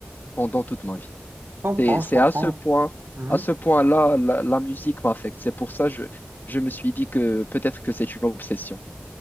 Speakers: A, on the left; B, on the right.
A: pendant toute ma vie.
B: Je comprends,
A: C'est, c'est
B: je comprends.
A: à ce point,
B: Mhm.
A: à ce point-là, la, la musique m'affecte. C'est pour ça que je, je me suis dit que peut-être que c'est une obsession.